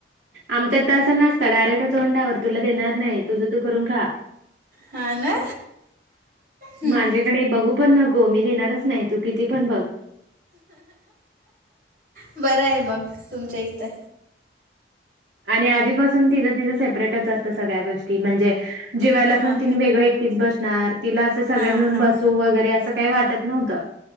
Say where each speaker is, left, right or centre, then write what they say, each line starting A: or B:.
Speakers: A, on the right; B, on the right.
A: आमच्यात त असं नसत डायरेक्ट तोंडावर तुला देणार नाही तुझ तू करून खा
B: हा ना हम्म.
A: माझे कडे बघू पण नको मी देणारच नाही तू किती पण बघ
B: बरं हाय मग तुमच्या इथं
A: आणि आधीपासून तिच तिच सेपरेटच असतं सगळ्या गोष्टी म्हणजे जेवायला
B: हां
A: पण तिने वेगळं एकटीच बसणार तिला असं सगळे
B: हां
A: मिळून
B: हां
A: बसू वगैरे असं काही वाटत नव्हतं.